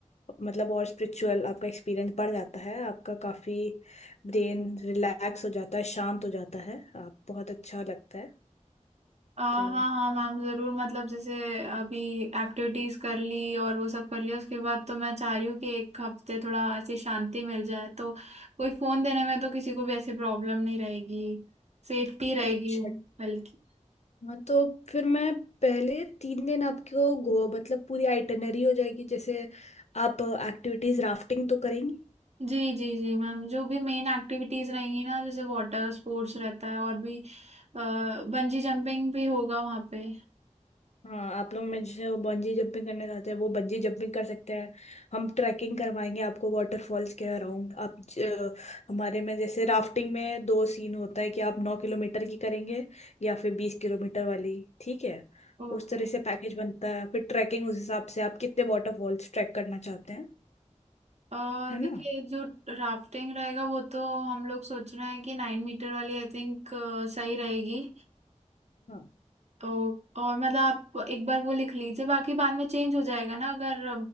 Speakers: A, on the left (about 60°); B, on the right (about 60°).
A: मतलब और स्पिरिचुअल आपका एक्सपीरियंस बढ़ जाता है आपका काफ़ी ब्रेन रिलैक्स हो जाता है शांत हो जाता है आप बहुत अच्छा लगता है
B: अ, हाँ
A: तो
B: हाँ मैम ज़रूर मतलब जैसे अभी एक्टिविटीज़ कर ली और वो सब कर लिया उसके बाद तो मैं चाह रही हूँ कि एक हफ्ते थोड़ा ऐसी शांति मिल जाए तो कोई फ़ोन देने में तो किसी को भी ऐसी प्रॉब्लम नहीं रहेगी सेफ्टी रहेगी
A: अच्छा
B: बल्कि
A: हाँ तो फिर मैं पहले तीन दिन आपको गो मतलब पूरी आइटनरी हो जाएगी जैसे आप एक्टिविटीज राफ्टिंग तो करेंगी
B: जी जी जी मैम जो भी मेन एक्टिविटीज रहेंगी ना जैसे वाटर स्पोर्ट्स रहता है और भी बंजी जंपिंग भी होगा वहाँ पे
A: हाँ आप लोग में जैसे वो बंजी जंपिंग करने जाते हैं वो बंजी जंपिंग कर सकते हैं हम ट्रैकिंग करवाएंगे आपको वाटरफॉल्स के अराउंड आप ज- हमारे में जैसे राफ्टिंग में दो सीन होता है कि आप नौ किलोमीटर की करेंगे या फिर बीस किलोमीटर वाली ठीक है
B: ओके
A: उस तरह से पैकेज बनता है फिर ट्रैकिंग उस हिसाब से आप कितने वाटरफॉल्स ट्रैक करना चाहते हैं
B: अ,
A: है ना
B: देखिए जो राफ्टिंग रहेगा वो तो हम लोग सोच रहे हैं कि नाइन मीटर वाली आई थिंक सही रहेगी
A: हाँ
B: तो और मतलब आप एक बार वो लिख लीजिए बाकी बाद में चेंज हो जाएगा ना अगर